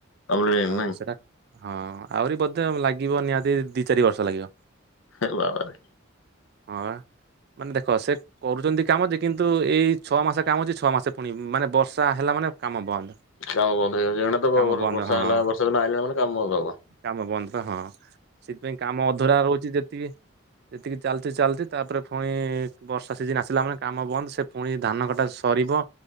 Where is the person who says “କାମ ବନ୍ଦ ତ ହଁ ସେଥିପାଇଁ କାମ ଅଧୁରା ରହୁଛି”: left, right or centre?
Right